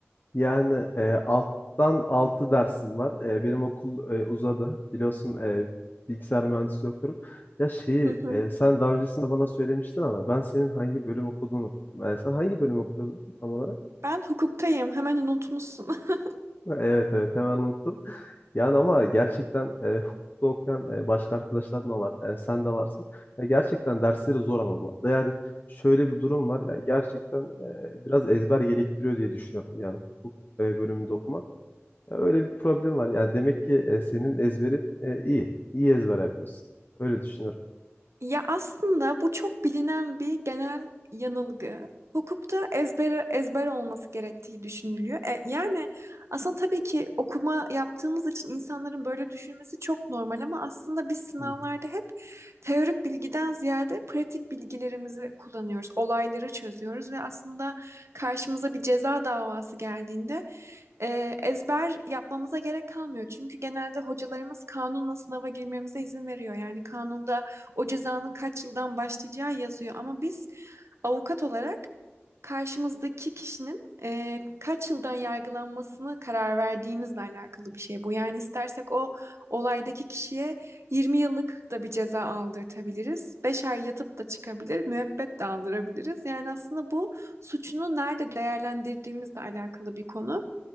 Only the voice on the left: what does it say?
Yani e, alttan 6 dersim var. E, benim okul e, uzadı. Biliyorsun e, bilgisayar mühendisliği okuyorum. Ya şeyi
e, sen daha öncesinde bana söylemiştin ama ben senin hangi bölüm okuduğunu e, sen hangi bölüm okuyordun tam olarak?
Ha, Evet evet hemen unuttum. Yani ama gerçekten e, hukukta okuyan e, başka arkadaşlarım da var. E, sen de varsın. Ya gerçekten dersleri zor ama bu arada. Yani şöyle bir durum var. Yani gerçekten e, biraz ezber gerektiriyor diye düşünüyorum. Yani hukuk e, bölümünde okumak. Ya öyle bir problem var. Yani demek ki e, senin ezberin e, iyi. İyi ezber yapıyorsun. Öyle düşünüyorum.
Hı,